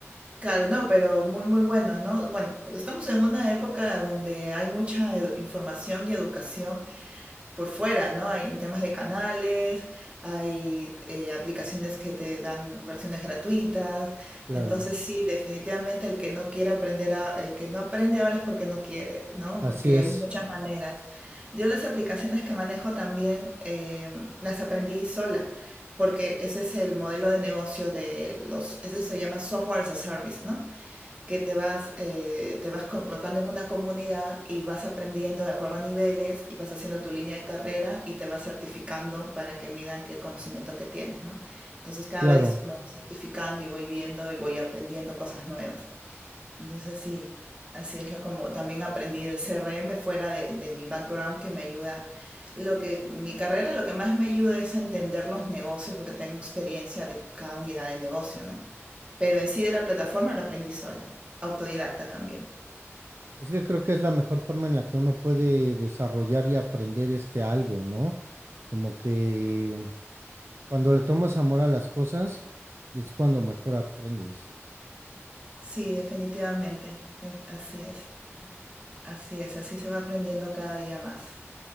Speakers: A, on the right; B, on the right.
A: claro, no, pero muy, muy bueno, ¿no? Bueno, estamos en una época donde hay mucha edu- información y educación por fuera, ¿no? Hay en temas de canales, hay eh, aplicaciones que te dan versiones gratuitas.
B: Claro.
A: Entonces, sí, definitivamente el que no quiere aprender, a- el que no aprende ahora es porque no quiere, ¿no?
B: Así
A: Porque
B: es,
A: hay muchas maneras. Yo las aplicaciones que manejo también eh, las aprendí sola, porque ese es el modelo de negocio de los, ese se llama software as a service, ¿no? que te vas, eh, te vas colocando en una comunidad y vas aprendiendo de acuerdo a niveles y vas haciendo tu línea de carrera y te vas certificando para que midan que el conocimiento que tienes, ¿no? Entonces cada
B: claro.
A: vez me voy certificando y voy viendo y voy aprendiendo cosas nuevas. Entonces así, así es la- como también aprendí el CRM fuera de, de mi background que me ayuda. Lo que mi carrera lo que más me ayuda es a entender los negocios porque tengo experiencia de cada unidad de negocio, ¿no? Pero en sí de la plataforma lo aprendí sola, autodidacta también.
B: Es que creo que es la mejor forma en la que uno puede desarrollar y aprender este algo, ¿no? Como que cuando le tomas amor a las cosas, es cuando mejor aprendes.
A: Sí, definitivamente. es- así es, así es, así se va aprendiendo cada día más.